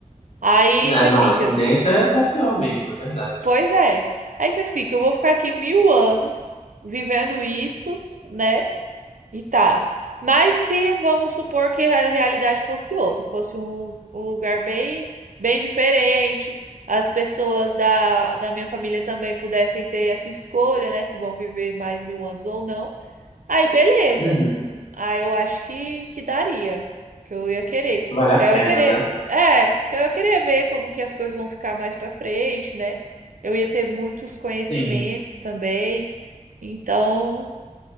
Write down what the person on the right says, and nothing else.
Aí
você
fica,
pois é. Aí você fica, eu vou ficar aqui mil anos vivendo isso, né? E tá. Mas se vamos supor que a realidade fosse outra, fosse um, um lugar bem, bem diferente, as pessoas da, da minha família também pudessem ter essa escolha, né? Se vão viver mais mil anos ou não. Aí, beleza.
Aí eu acho que, que daria. Que eu ia querer.
Que
eu
ia querer.
É, que eu ia querer ver como que as coisas vão ficar mais pra frente, né? Eu ia ter muitos conhecimentos
também. Então.